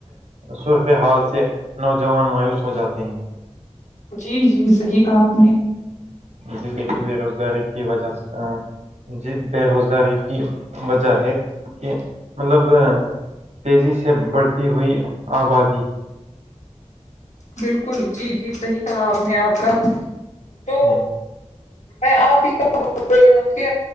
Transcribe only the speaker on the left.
جی جی صحیح کہا آپ نے
بالکل جی جی صحیح کہا آپ نے آپ کا تو
میں آپ ہی <inaudible> کہ